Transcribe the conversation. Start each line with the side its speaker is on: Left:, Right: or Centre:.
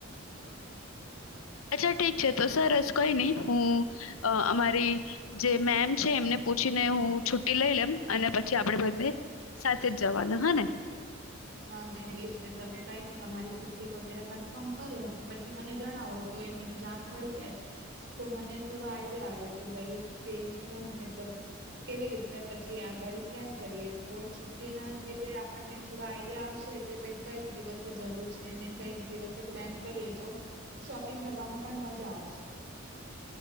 Left: અચ્છા ઠીક છે તો સરસ કઈ નહી હું અ અમારી જે મેમ છે એમને પૂછીને હું છુટી લઈ લેમ અને પછી આપડે બધે સાથે જ જવાના હ ને.
Right: હા નહી ન એ જને તમે કઈ નહી તમારી છુટ્ટી વગેરે કન્ફર્મ કરો ને પછી મને જણાવો તો એ મને જાણ પડી જાય તો મને થોડો આઈડિયા આવે કે ભાઈ કે હું મતલબ કેવી રીતને પછી આ ગાડી પ્લાન કરીએ તો છુટ્ટી ના લીધે આપણને થોડ આઈ ડિયા આવશે કે ભાઈ કઈક દિવસ જવું છે ને. કઈક દિવસસે પ્લાન કરીએ તો શોપિંગ કરવામાં પણ મજા આવશે.